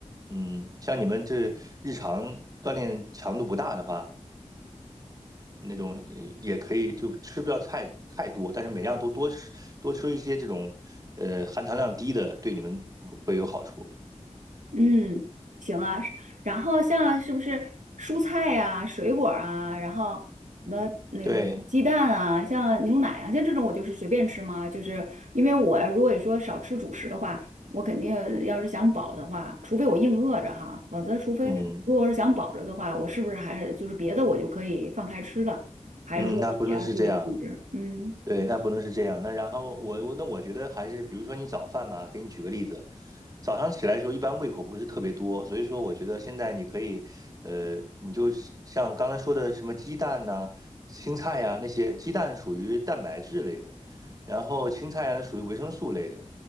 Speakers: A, on the right; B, on the right.
A: 嗯，像你们这日常锻炼强度不大的话，那种呃也可以，就吃不要太太多，但是每样都多吃多吃一些这种呃含糖量低的，对你们会有好处。
B: 嗯，行啊。是然后像是不是蔬菜啊、水果啊，然后什么那个鸡蛋啊，
A: 对，
B: 像牛奶啊，像这种我就是随便吃吗？就是因为我如果说少吃主食的话，我肯定要是想饱的话，除非我硬饿着哈，否则除非如果是想饱了的话，
A: 嗯
B: 我是不是还是就是别的我就可以放开吃了？还是说也要注意控制？
A: 嗯，那不能是这样，
B: 嗯。
A: 对，那不能是这样。那然后我我那我觉得还是，比如说你早饭吧，给你举个例子，早上起来的时候一般胃口不是特别多，所以说我觉得现在你可以，呃，你就是像刚才说的什么鸡蛋呐、青菜呀、那些，鸡蛋属于蛋白质类的，然后青菜呀、那属于维生素类的，